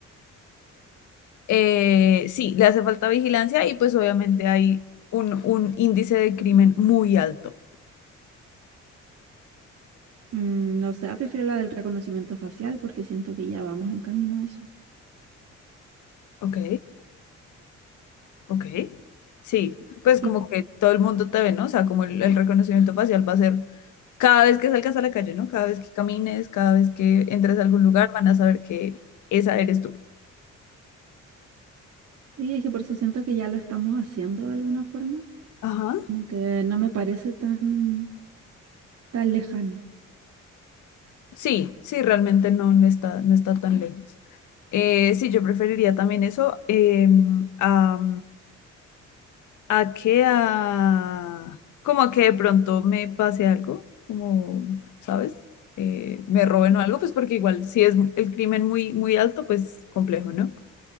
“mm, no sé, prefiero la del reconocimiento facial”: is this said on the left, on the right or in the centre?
Right